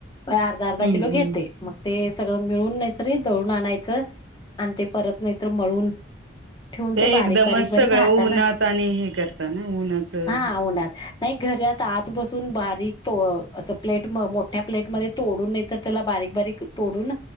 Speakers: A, on the left; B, on the right.
A: प अर्धा अर्धा
B: हम्म
A: किलो घेते
B: हम्म
A: मग ते सगळं मिळून नाही तरी दळून आणायचं आणि ते परत नाहीतर मळून ठेऊून ते बारीक
B: एकदमच
A: बारीक बारीक
B: सगळं
A: हाताना
B: उन्हात आणि हे करता ना उन्हाचं
A: हा उन्हात नाही घरात आत बसून बारीक असं प्लेट मोठ्या प्लेट मध्ये तोडून नाही तर त्याला बारी बारीक बारीक तोडून